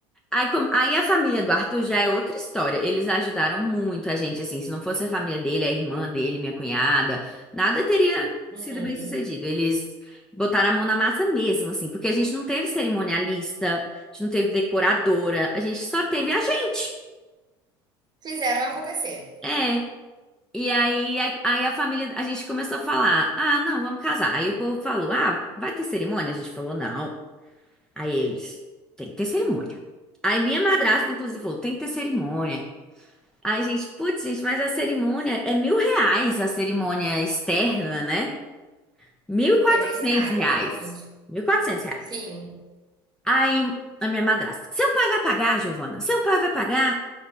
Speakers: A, in the centre; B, on the right.
A: Aí, com- aí a família do Arthur já é outra história. Eles ajudaram muito a gente, assim. Se não fosse a família dele, a irmã dele, minha cunhada, nada teria
B: Uhum.
A: sido bem sucedido. Eles botaram a mão na massa mesmo, assim, porque a gente não teve cerimonialista, a gente não teve decoradora, a gente só teve a gente.
B: Fizeram acontecer.
A: É. E aí, a- aí a família, a gente começou a falar: ah, não, vamos casar. Aí o povo falou: ah, vai ter cerimônia? A gente falou: não. Aí eles: tem que ter cerimônia. Aí minha madrasta, inclusive, falou: tem que ter cerimônia. Ai, gente, putz, gente, mas a cerimônia é mil reais a cerimônia externa, né? Mil e quatrocentos
B: É bem caro,
A: reais.
B: exatamente.
A: Mil e quatrocentos reais.
B: Sim.
A: Aí a minha madrasta, seu pai vai pagar, Giovana? Seu pai vai pagar?